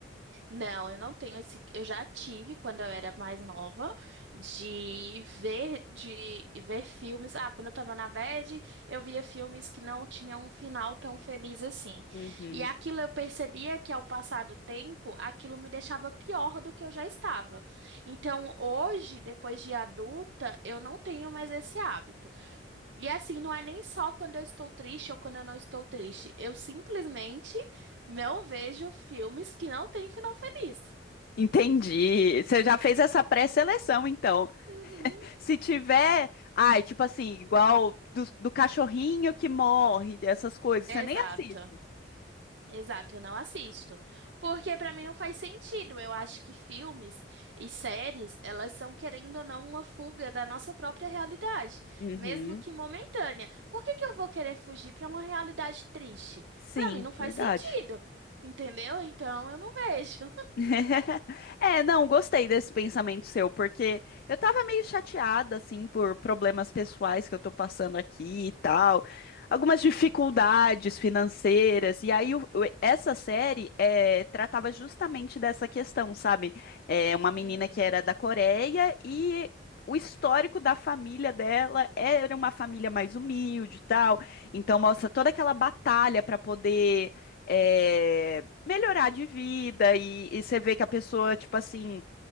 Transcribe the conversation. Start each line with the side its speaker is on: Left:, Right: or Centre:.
Right: Não, eu não tenho esse. Eu já tive quando eu era mais nova de ver de ver filmes. Ah, quando eu tava na bad, eu via filmes que não tinham um final tão feliz assim.
Left: Uhum.
Right: E aquilo eu percebia que ao passar do tempo, aquilo me deixava pior do que eu já estava. Então, hoje, depois de adulta, eu não tenho mais esse hábito. E assim, não é nem só quando eu estou triste ou quando eu não estou triste. Eu simplesmente não vejo filmes que não têm final feliz.
Left: Entendi. Você já fez essa pré-seleção, então.
Right: Uhum.
Left: Se tiver, ai, tipo assim, igual do, do cachorrinho que morre, essas coisas, você
Right: Exato.
Left: nem assiste.
Right: Exato, eu não assisto. Porque pra mim não faz sentido. Eu acho que filmes e séries, elas são querendo ou não uma fuga da nossa própria realidade,
Left: Uhum.
Right: mesmo que momentânea. Por que que eu vou querer fugir pra uma realidade triste?
Left: Sim,
Right: Pra mim não faz
Left: verdade.
Right: sentido. Entendeu? Então eu não vejo.
Left: <laughs> É, não, gostei desse pensamento seu, porque eu tava meio chateada, assim, por problemas pessoais que eu tô passando aqui e tal, algumas dificuldades financeiras, e aí o- o- essa série é, tratava justamente dessa questão, sabe? É, uma menina
Right: Uhum.
Left: que era da Coreia e. O histórico da família dela era uma família mais humilde e tal, então mostra toda aquela batalha para poder eh, melhorar de vida e, e você vê que a pessoa, tipo assim,